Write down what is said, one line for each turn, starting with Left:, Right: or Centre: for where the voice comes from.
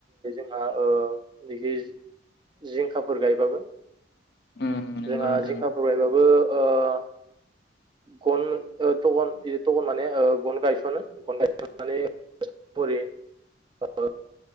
Right: बा ओ बिखि जिंखाफोर गायबाबो
Left: उम नंगौ
Right: जोंहा
Left: नोंथां
Right: जिंखाफोर गायबाबो ओ गन ओ त'गन ओ त'गन माने ओ गन गायसनो गन गायसननानै हरै ओ